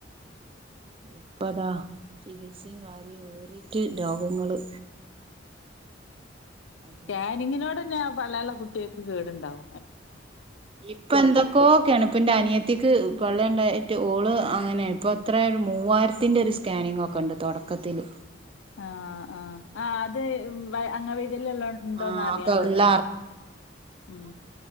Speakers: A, on the right; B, on the left.
A: ഇപ്പതാ ചികിൽസിം കാര്യവും ഏറിയിട്ട് രോഗങ്ങള് അധികം
B: സ്കാനിങ്ങിനോടെന്ന പള്ളേള്ള കുട്ട്യേക്ക് കേട്ണ്ടാവും.
A: ഇപ്പൊ എന്തൊക്കോക്കെയാണ് ഇപ്പ ന്റെ അനിയത്തിക്ക് പള്ളേണ്ടായിട്ട് ഓള് അങ്ങനെ ഇപ്പൊ എത്ര ഒരു മൂവായിരത്തിന്റെ ഒരു സ്കാനിങ് ഒക്കെ ഉണ്ട് തൊട്ക്കത്തില്.
B: ആഹ ആഹ് ആ അത് അംഗ വൈകല്യം ള്ളോ ഉണ്ടോന്ന്
A: ആ
B: അറിയാൻള്ളതാ
A: ഒക്കെ ഉള്ള
B: ഉം